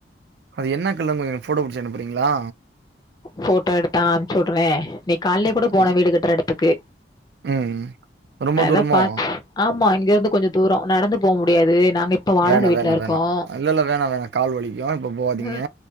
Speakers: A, on the right; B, on the left.
A: அது என்ன கலர்னு கொஞ்சோ போட்டோ புடிச்சு அனுப்புறீங்களா
B: போட்டோ எடுத்தா அனுப்ச்சு விடுறே இன்னக்கி கால்லே கூட போனே
A: ம்
B: வீடு கட்ற எடத்துக்கு
A: ம் ரொம்ப
B: அதா
A: தூரமோ
B: பாத் ஆமா இங்கிருந்து கொஞ்சோ தூரோ நடந்து போ முடியாது நாங்க இப்ப வாடக
A: வேணா
B: வீட்ல
A: வேணா
B: இருக்கோம்.
A: வேணா இல்ல இல்ல வேணா வேணா கால் வலிக்கு இப்ப போவாதீங்க
B: ம்.